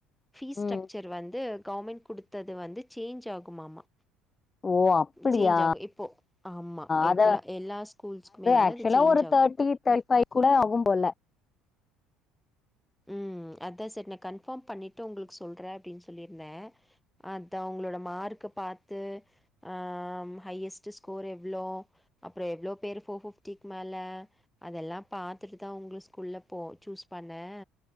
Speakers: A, in the centre; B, on the left.
A: ஃபீஸ்
B: ம்.
A: ஸ்ட்ரக்சர் வந்து கவர்மெண்ட் குடுத்தது வந்து சேஞ்ச் ஆகுமாமா
B: ஓ! அப்படியா?
A: சேஞ்ச் ஆகு இப்போ ஆமா
B: அத
A: இப்வுல எல்லா ஸ்கூல்ஸ்க்குமே வந்து
B: ஆக்சுவலா
A: அது சேஞ்ச்
B: ஒரு
A: ஆகு
B: <unintelligible> ஃபைவ் கூட ஆகு போல
A: ம் அதா செரி நா கன்ஃபார்ம் பண்ணிட்டு உங்ளுக்கு சொல்றே அப்டினு சொல்லியிருந்தே அது அவுங்ளோட மார்க்க பாத்து ஆ ஹையஸ்ட் ஸ்கோர் எவ்ளோ அப்றோ எவ்ளோ பேரு போர்ஃபிப்டிக்கு மேல அதெல்லா பாத்துட்டுதா உங்க ஸ்கூல்ல போ சூஸ் பண்ணே